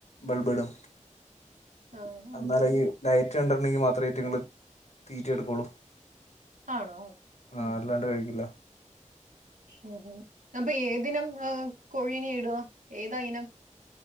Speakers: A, on the left (about 60°); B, on the right (about 80°).
A: ബൾബിടും
B: ആഹ്
A: അന്നാലെ
B: ഓക്കെ
A: ഈ ട റ്റ കണ്ടിട്ടെണ്ടെങ്കി മാത്രേ ഈറ്റങ്ങള് തീറ്റ എടുക്കുള്ളൂ
B: ആണോ
A: ആ
B: ഉം
A: അല്ലാണ്ട് കഴിക്കില്ല
B: ഊ ഹും അപ്പൊ ഏതിനം കോഴിനെ ഇടുക ഏതായിനം